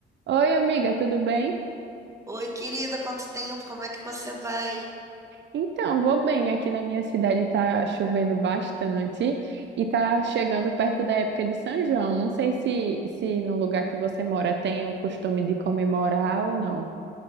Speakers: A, on the right; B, on the right.
A: Oi, amiga, tudo bem?
B: Oi, querida, quanto tempo? Como é que você vai?
A: Então, vou bem. Aqui na minha cidade tá chovendo bastante e tá chegando perto da época de São João. Não sei se, se no lugar que você mora tem o costume de comemorar ou não.